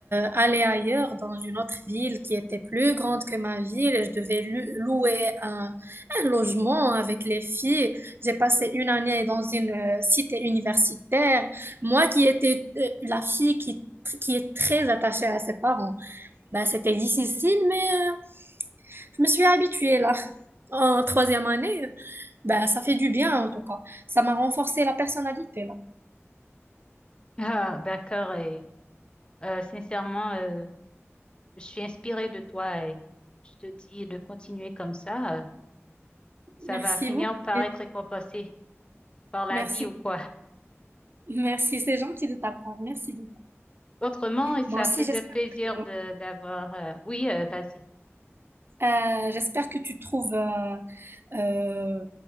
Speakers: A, on the right; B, on the left.
A: aller ailleurs dans une autre ville qui était plus grande que ma ville et je devais lu- louer un, un logement avec les filles. J'ai passé une année dans une euh, cité universitaire. Moi qui étais euh, la fille qui, tr- qui est très attachée à ses parents, bah, c'était difficile, mais euh, je me suis habituée là. En troisième année, bah, ça fait du bien en tout cas. Ça m'a renforcé la personnalité là.
B: Ah, d'accord, et euh, sincèrement, euh, je suis inspirée de toi, et je te dis de continuer comme ça, euh, ça
A: Merci
B: va finir
A: beaucoup.
B: par être récompensé par la
A: Merci.
B: vie ou quoi. <laughs>
A: Merci, c'est gentil de ta part. Merci beaucoup.
B: Autrement, ça
A: Moi aussi,
B: faisait
A: j'espère
B: plaisir
A: que,
B: de d'avoir... euh, Oui, euh, vas-y.
A: euh, j'espère que tu trouves, euh, euh,